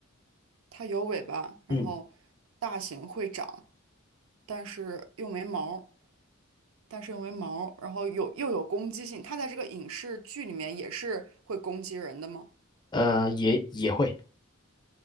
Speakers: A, on the right (about 70°); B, on the left (about 20°).
A: 它有尾巴，然后大型会长，
B: 嗯，
A: 但是又没毛儿。但是又没毛儿然后有又有攻击性，他在这个影视剧里面也是会攻击人的吗？
B: 呃，也也会，